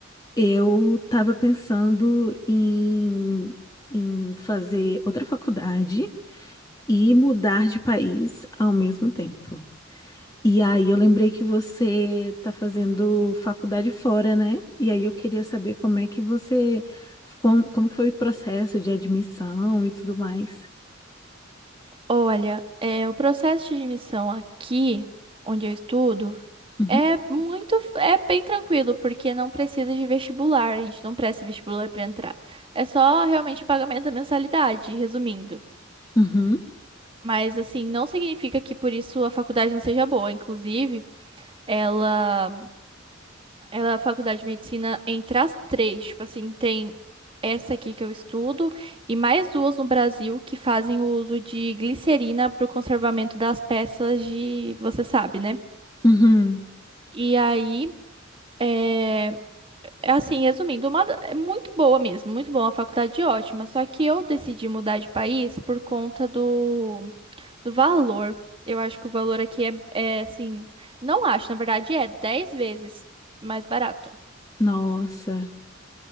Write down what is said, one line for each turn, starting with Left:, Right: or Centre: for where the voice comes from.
Left: Eu estava pensando em, em fazer outra faculdade e mudar de país ao mesmo tempo. E aí eu lembrei que você tá fazendo faculdade fora, né? E aí eu queria saber como é que você, como, como que foi o processo de admissão e tudo mais.
Right: Olha, é, o processo de admissão aqui, onde eu estudo,
Left: Uhum,
Right: é muito, é bem tranquilo, porque não precisa de vestibular, a gente não presta vestibular para entrar. É só realmente o pagamento da mensalidade, resumindo.
Left: uhum,
Right: Mas assim, não significa que por isso a faculdade não seja boa. Inclusive, ela Ela, é a faculdade de medicina, entre as três, tipo assim, tem essa aqui que eu estudo e mais duas no Brasil que fazem o uso de glicerina para o conservamento das peças de, você sabe, né?
Left: uhum.
Right: E aí, é, é assim, resumindo, uma, da- é muito boa mesmo, muito boa, uma faculdade ótima, só que eu decidi mudar de país por conta do, do valor. Eu acho que o valor aqui é, é assim, não acho, na verdade é 10 vezes mais barato.
Left: Nossa.